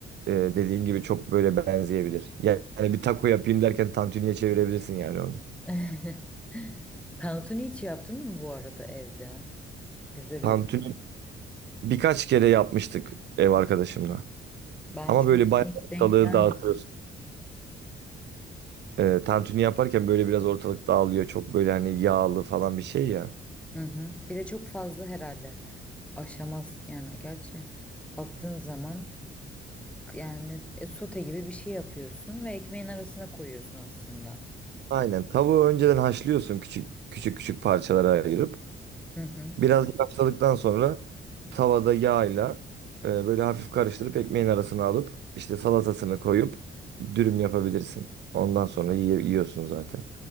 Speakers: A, on the right; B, in the centre.
A: e, dediğin gibi çok böyle benzeyebilir. Yani bir taco yapayım derken tantuniye çevirebilirsin yani onu.
B: <laughs> Tantuni hiç yaptın mı bu arada evde? Güzel
A: Tantuni
B: olur.
A: birkaç kere yapmıştık ev arkadaşımla.
B: Ben
A: Ama
B: çünkü
A: böyle bayağı
B: hiç
A: ortalığı
B: denk gelmedim.
A: dağıtıyorsun. E, tantuni yaparken böyle biraz ortalık dağılıyor. Çok böyle hani yağlı falan bir şey ya.
B: Hı hı. Bir de çok fazla herhalde aşamaz yani gerçi baktığın zaman yani e, sote gibi bir şey yapıyorsun ve ekmeğin arasına koyuyorsun aslında.
A: Aynen. Tavuğu önceden haşlıyorsun küçük küçük küçük parçalara ayırıp.
B: Hı hı.
A: Biraz haşladıktan sonra tavada yağla e, böyle hafif karıştırıp ekmeğin arasına alıp işte salatasını koyup dürüm yapabilirsin. Ondan sonra yiye- yiyorsun zaten.